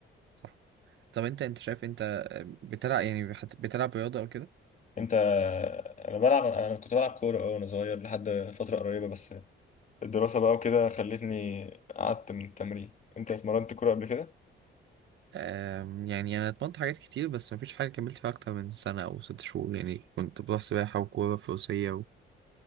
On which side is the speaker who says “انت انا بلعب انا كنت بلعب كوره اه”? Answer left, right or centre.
Left